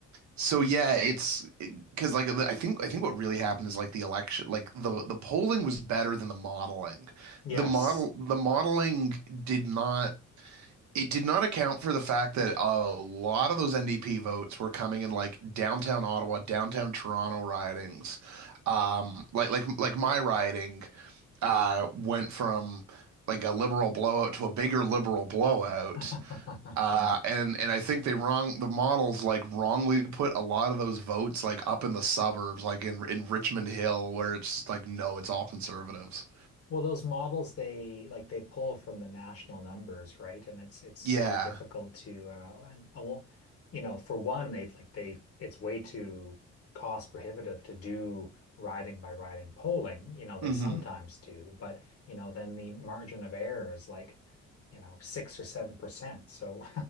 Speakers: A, on the right (about 70°); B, on the left (about 50°).
A: So yeah, it's because like I think I think what really happened is like the election, like the the polling was better than the modeling.
B: Yes.
A: The model the modeling did not it did not account for the fact that a lot of those NDP votes were coming in like downtown Ottawa, downtown Toronto ridings, um, like like like my riding uh, went from like a liberal blowout to a bigger liberal blowout.
B: <laughs>
A: Uh,
B: Yeah.
A: and and I think they wrong the models like wrongly put a lot of those votes like up in the suburbs, like in in Richmond Hill, where it's just like no, it's all conservatives.
B: Well, those models they like they pull from the national numbers, right? And it's it's
A: Yeah.
B: very difficult to uh and, and well, you know, for one, they like they it's way too cost prohibitive to do riding by riding polling. You know, they
A: hmm
B: sometimes do, but you know, then the margin of error is like, you know, six or seven percent. So